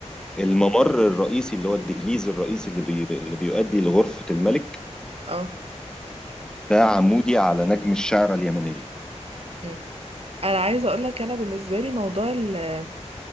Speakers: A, in the centre; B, on the right.
A: الممر الرئيسي اللي هو الدهليز الرئيسي اللي, بي... اللي بيؤدي لغرفه الملك
B: اه
A: ده عمودي على نجم الشعره اليمنيه
B: آه. انا عايزه اقول لك انا بالنسبه لي موضوع ال يعني